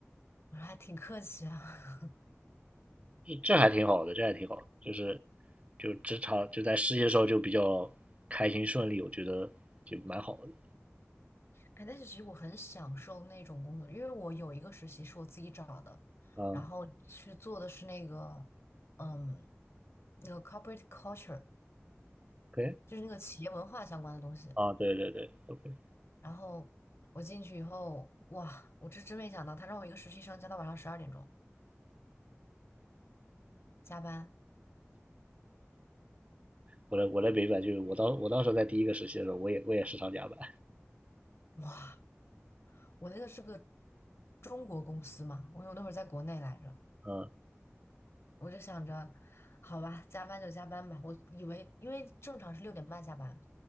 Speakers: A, on the left; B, on the right.
A: 我说还挺客气啊。
B: 这这还挺好的，这还挺好的，就是就职场就在实习的时候就比较开心顺利，我觉得就蛮好的，
A: 哎，但是其实我很享受那种工作，因为我有一个实习是我自己找的，
B: 啊，
A: 然后去做的是那个，嗯，那个 corporate culture，
B: 可以，
A: 就是那个企业文化相关的东西。
B: 啊，对对对，OK，
A: 然后我进去以后，哇，我这真没想到，他让我一个实习生加到晚上十二点钟加班，
B: 我来我来北版，就是我当我当时在第一个实习的时候，我也我也时常加班，
A: 哇，我那个是个中国公司嘛，我有那会儿在国内来着，
B: 嗯，
A: 我就想着，好吧，加班就加班吧，我以为因为正常是六点半下班。